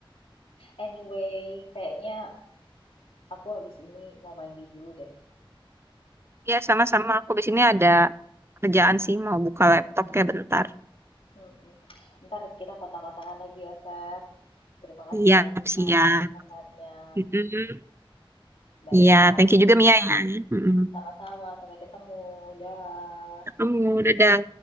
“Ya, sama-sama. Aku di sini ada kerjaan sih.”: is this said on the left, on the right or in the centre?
Right